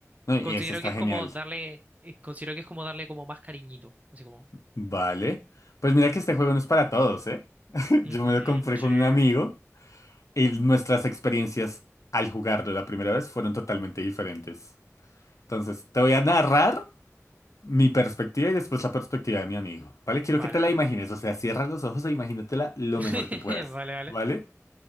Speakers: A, on the left; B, on the right.
A: No, y
B: Considero
A: ese está
B: que es
A: genial.
B: como darle, eh, considero que es como darle como más cariñito. Así como.
A: Vale. Pues mira que este juego no es para todos, ¿eh? <laughs>
B: "Ujú,
A: Yo me lo compré
B: sí.
A: con un amigo y nuestras experiencias al jugarlo la primera vez fueron totalmente diferentes. Entonces, te voy a narrar. mi perspectiva y después la perspectiva de mi amigo, ¿vale? Quiero
B: Vale,
A: que te la
B: vale.
A: imagines, o sea, cierra los ojos e imagínatela lo
B: <laughs>
A: mejor que puedas,
B: Vale, vale.
A: ¿vale?